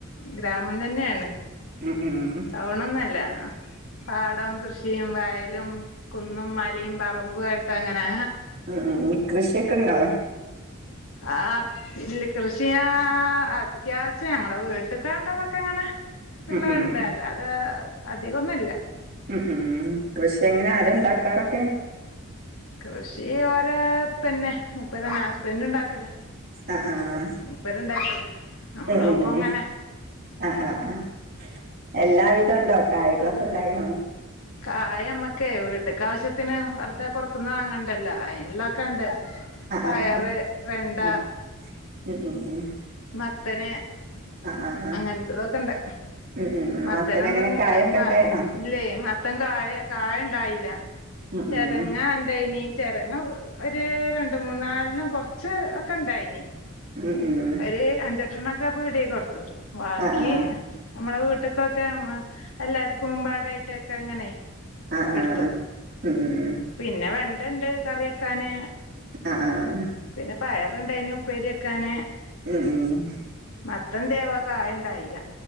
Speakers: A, on the left; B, on the right.
A: ഗ്രാമം തന്നേണ്.
B: ഉം ഊം.
A: ടൗണൊന്നല്ല. പാടം കൃഷിയും വയലും കുന്നും മലയും പറമ്പു ആയിട്ട് അങ്ങനെ.
B: ഉം ഉം. കൃഷിയൊക്കെണ്ടോ?
A: ആഹ് ഇല്ല കൃഷി ഞാ അത്യാവശ്യം ഞങ്ങളെ വീട്ട്ക്കാണ്ടതൊക്കെ ഇങ്ങനെ ഇള്ളത്ണ്ട്
B: ഉം ഉം
A: അല്ലാതെ അധികൊന്നുംല്ല.
B: ഉം ഉം കൃഷി എങ്ങനെ, ആരാ ണ്ടാക്കാറൊക്കെ?
A: കൃഷി ഓരെ ഇപ്പെന്നെ. മുപ്പരെന്നെ ഹസ്ബൻറ് ണ്ടാക്കലാ.
B: ആഹ് ആഹ്
A: മുപ്പര് ഇണ്ടാക്ക്യതാ. നമ്മളും
B: ഉം ഉം
A: ഒപ്പ ങ്ങനെ.
B: ആഹ് ആഹ് ആഹ്. എല്ലാവിധണ്ടോ, കായ്കളൊക്കെ ഇണ്ടായിണോ?
A: കായ നമ്മക്കേ വീട്ട്ക്കാവശ്യത്തിന് വെറുതെ പൊറത്ത്ന്ന് വാങ്ങണ്ടല്ലോ. അയിന് ള്ളെതൊക്കെണ്ട്.
B: ആഹ് ആഹ്
A: പയറ്, വെണ്ട
B: ഉം ഉം ഉം ഉം
A: മത്തൻ,
B: ആഹ് ആഹ്
A: അങ്ങനത്തതൊക്കെണ്ട്.
B: ഉം ഉം
A: മത്തനൊന്നും
B: മത്തന് എങ്ങനെ കായൊക്കെ
A: ക മ
B: ഉണ്ടായിണോ?
A: ഇല്ലേ മ ത്തൻ കായ കായ ഇണ്ടായീല്ല.
B: ഉം
A: ചെരങ്ങ
B: ഉം
A: ണ്ടായിനി. ചെരങ്ങ ഒരു രണ്ട് മൂന്നാല്നം കൊറച്ച് ഒക്കെ ഇണ്ടായിനി.
B: ഉം ഉം.
A: ഒരു അഞ്ചെട്ടെണ്ണൊക്കെ പീട്യേ കൊടുത്തു. ബാക്കി
B: ആഹ് ആഹ്
A: ഞമ്മളെ വീട്ട്ക്കൊക്കെ മ് എല്ലാർക്കുംപാടായിട്ടൊക്കെ ഇങ്ങനെ.
B: ആഹ്
A: എടുത്തു
B: ആഹ് മ്മ്ഹ് മ്മ്ഹ്.
A: പിന്നെ വെണ്ടണ്ട് കറി വെക്കാന്.
B: ആഹ് ആഹ്
A: പിന്നെ പയറ്ണ്ടായ്നുപ്പേര്യെക്കാന്.
B: മ്മ്ഹ് മ്മ്ഹ്
A: മത്തൻ എന്തേ ആവം കായണ്ടായീല.